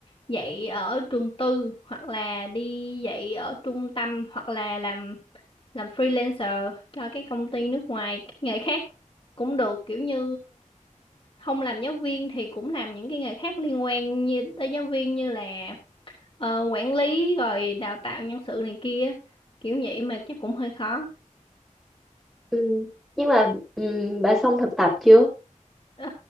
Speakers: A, on the left (about 40°); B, in the centre.
A: dạy ở trường tư hoặc là đi dạy ở trung tâm hoặc là làm làm freelancer cho cái công ty nước ngoài cái nghề khác cũng được kiểu như không làm giáo viên thì cũng làm những cái nghề khác liên quan như tới giáo viên như là ờ, quản lý rồi đào tạo nhân sự này kia kiểu vậy mà chắc cũng hơi khó
B: ừ. nhưng mà ừ, bà xong thực tập chưa
A: Ờ,